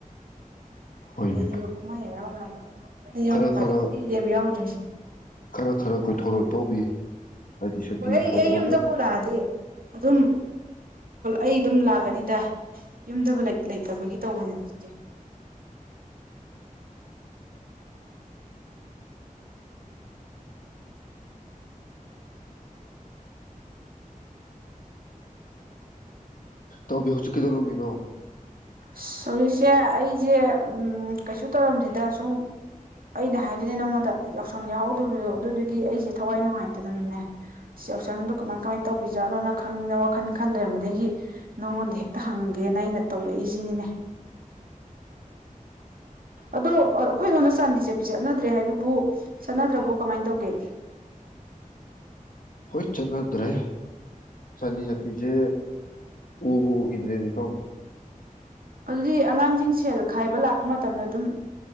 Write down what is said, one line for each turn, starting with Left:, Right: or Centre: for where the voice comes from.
Left: ꯍꯣꯏꯅꯦ
Right: ꯂꯩꯔꯤꯕ ꯀꯨꯃꯩ ꯍꯔꯥꯎ ꯃꯌꯥꯝꯗꯣ <unintelligible>
Left: ꯈꯔ ꯈꯔ
Right: ꯀꯨꯢꯔꯦꯕ ꯌꯥꯎꯗ꯭ꯔꯤꯖꯦ
Left: ꯈꯔ ꯈꯔ ꯀꯣꯏꯊꯣꯔꯣꯛꯑꯣ ꯏꯇꯥꯎꯕꯤ ꯍꯥꯏꯗꯤ ꯁꯨꯇꯤ
Right: ꯍꯣꯏ ꯑꯩ
Left: ꯐꯪꯕꯒ
Right: ꯑꯩ ꯌꯨꯝꯗꯕꯨ ꯂꯥꯛꯑꯗꯤ ꯑꯗꯨꯝ ꯑꯩ ꯑꯗꯨꯝ ꯂꯥꯛꯀꯅꯤꯗ ꯌꯨꯝꯗꯕꯨ ꯂꯩ ꯂꯩꯇꯕꯒꯤ ꯇꯧꯕꯅꯦ ꯑꯩꯁꯦ
Left: ꯇꯧꯕꯤ ꯍꯧꯖꯤꯛ ꯀꯩꯗꯧꯔꯝꯃꯤꯅꯣ
Right: ꯑꯁ ꯍꯧꯖꯤꯛꯁꯦ ꯑꯩꯁꯦ ꯀꯩꯁꯨ ꯇꯧꯔꯝꯗꯦꯗ ꯁꯨꯝ ꯑꯩꯅ ꯍꯥꯏꯗꯣꯏꯅꯦ ꯅꯉꯣꯟꯗ ꯌꯥꯎꯁꯪ ꯌꯥꯎꯍꯧꯗꯕꯤꯗꯣ ꯑꯗꯨꯗꯨꯒꯤ ꯑꯩꯁꯦ ꯊꯋꯥꯏ ꯅꯨꯡꯉꯥꯏꯇꯗꯅꯅꯦ ꯁꯦꯜꯁꯪꯗꯣ ꯀꯃꯥꯏ ꯀꯃꯥꯏ ꯇꯧꯕꯤꯖꯥꯠꯅꯣꯅ ꯈꯪꯅꯤꯡꯗꯅ ꯋꯥꯈꯜ ꯈꯜ ꯂꯩꯔꯝꯕꯗꯒꯤ ꯅꯪꯉꯣꯟꯗ ꯍꯦꯛꯇ ꯍꯪꯒꯦꯅ ꯑꯩꯅ ꯇꯧꯔꯛꯏꯁꯦ ꯅꯤꯅꯦ ꯑꯗꯣ ꯑꯩꯈꯣꯏ ꯂꯣꯟꯅ ꯆꯥꯟꯗꯤꯁꯦ ꯄ ꯆꯠꯅꯗ꯭ꯔꯦ ꯍꯥꯏꯗꯨꯕꯨ ꯆꯠꯅꯗ꯭ꯔꯕꯨ ꯀꯃꯥꯏꯅ ꯇꯧꯒꯦ
Left: ꯍꯣꯏ ꯆꯠꯅꯗ꯭ꯔꯦ ꯁꯟꯗꯤ ꯁꯄꯤꯁꯦ ꯎꯕ ꯎꯈꯤꯗ꯭ꯔꯦꯗꯤ ꯀꯧꯏ
Right: ꯑꯗꯨꯗꯤ ꯑꯉꯥꯡꯁꯤꯡ ꯁꯦꯜ ꯈꯥꯏꯕ ꯂꯥꯛꯄ ꯃꯇꯝꯗ ꯑꯗꯨꯝ